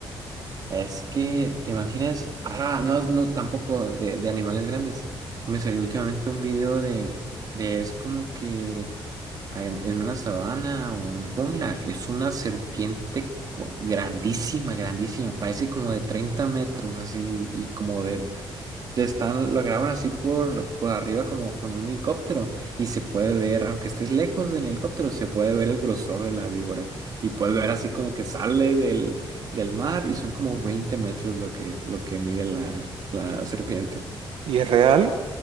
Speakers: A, on the right (about 45°); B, on the right (about 80°).
A: Es que, ¿te imaginas? Ah, no, no, tampoco de, de animales grandes. Me salió últimamente un video de, de es como que ah, en, en una sabana o en jungla, es una serpiente co- grandísima, grandísima, parece como de 30 metros, así, y como de, de están, lo graban así por, por arriba como con un helicóptero, y se puede ver, aunque estés lejos del helicóptero, se puede ver el grosor de la víbora, y puedes ver así como que sale del del mar y son como 20 metros lo que, lo que mide la, la serpiente.
B: Y es real,